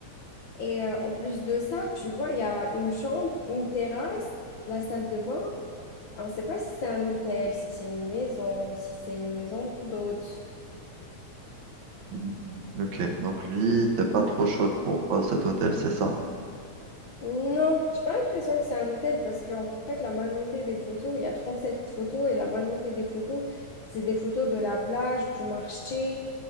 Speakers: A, on the left; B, on the right.
A: Et euh, en plus de ça, tu vois, il y a une chambre, une terrasse, la salle de bain. On ne sait pas si c'est un hôtel, si c'est une maison, si c'est une maison d'hôte.
B: Mm, Ok. Donc lui, t'es pas trop chaude pour euh, cet hôtel, c'est ça?
A: Non, j'ai pas l'impression que c'est un hôtel parce qu'en fait, la majorité des photos, il y a 37 photos et la majorité des photos, c'est des photos de la plage, du marché,